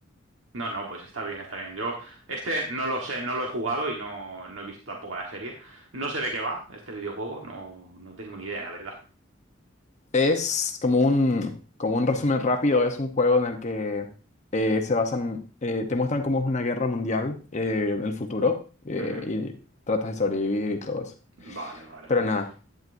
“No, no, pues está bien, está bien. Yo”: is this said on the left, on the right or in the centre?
Right